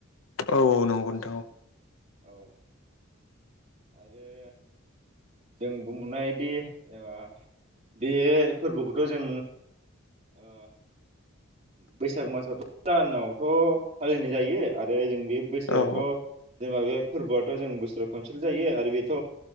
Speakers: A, on the left; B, on the right.
A: औ औ नंगौ नोंथां औ
B: औ <inaudible> आरो जों बुंनायदि ओ बे फोरबोखौथ' जों अ बैसाग मासा दानावथ' फालिनाय जायो आरो जों बे बोसोराथ'
A: औ
B: जेनबा बे फोरबोआथ' जों बोसोराव खनसेल जायो आरो बेथ'